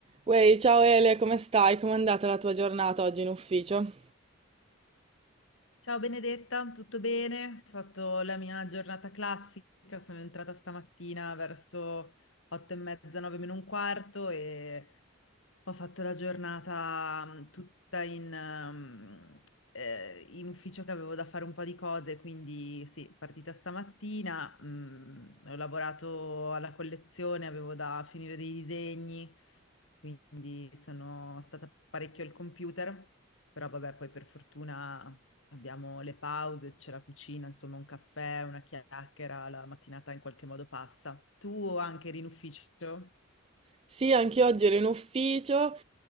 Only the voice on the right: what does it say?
Uè, ciao Ele, come stai? Com'è andata la tua giornata oggi in ufficio?
Sì, anche oggi ero in ufficio.